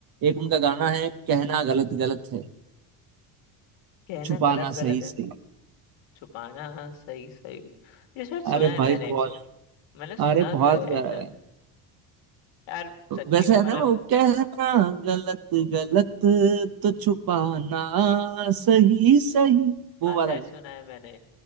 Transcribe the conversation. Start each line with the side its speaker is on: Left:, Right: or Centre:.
Right: एक उनका गाना है कहना गलत गलत है
Left: कहना
Right: छुपाना
Left: गलत गलत
Right: सही
Left: है
Right: सही
Left: छुपाना सही सही ये शायद सुना
Right: अरे
Left: है
Right: भाई
Left: मैंने
Right: बहुत
Left: मैंने सुना
Right: अरे
Left: तो
Right: बहुत
Left: है
Right: प्यारा
Left: ऐसा
Right: है
Left: यार सच्ची
Right: वैसे
Left: में
Right: है
Left: मतलब
Right: ना वो कहना गलत गलत तो छुपाना सही सही वो
Left: हाँ
Right: वाला
Left: शायद
Right: गाना
Left: सुना है मैंने